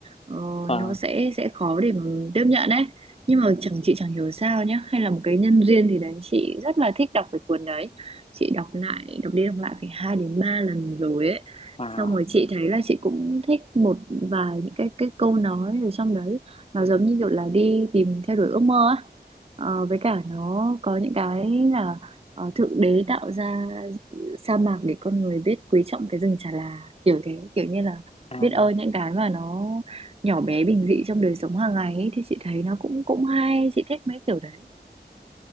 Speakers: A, on the right; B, on the left.
A: Ờ,
B: vâng
A: nó sẽ sẽ khó để mà tiếp nhận ấy nhưng mà chẳng chị chẳng hiểu sao nhá hay là một cái nhân duyên thì đấy chị rất là thích đọc cái cuốn đấy chị đọc lại đọc đi đọc lại phải hai đến ba lần rồi ấy
B: wow
A: xong rồi chị thấy là chị cũng thích một vài những cái cái câu nói ở trong đấy nó giống như kiểu là đi tìm theo đuổi ước mơ á Ờ, với cả nó có những cái là ờ, thượng đế tạo ra sa mạc để con người biết quý trọng cái rừng chà là kiểu thế kiểu như là
B: à.
A: biết ơn những cái mà nó nhỏ bé bình dị trong đời sống hàng ngày ấy, thì chị thấy nó cũng cũng hay chị thích mấy kiểu đấy